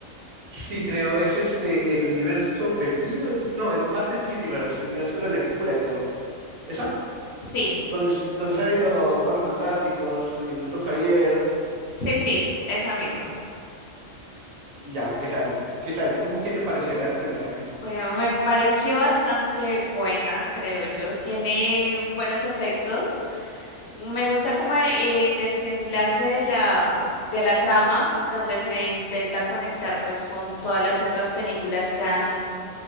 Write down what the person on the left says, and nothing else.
Sí,
sí, sí, esa misma.
Bueno, me pareció bastante buena, creo yo. Tiene buenos efectos. Me gusta como el desenlace de la, de la trama, donde se intenta conectar pues con todas las otras películas que han,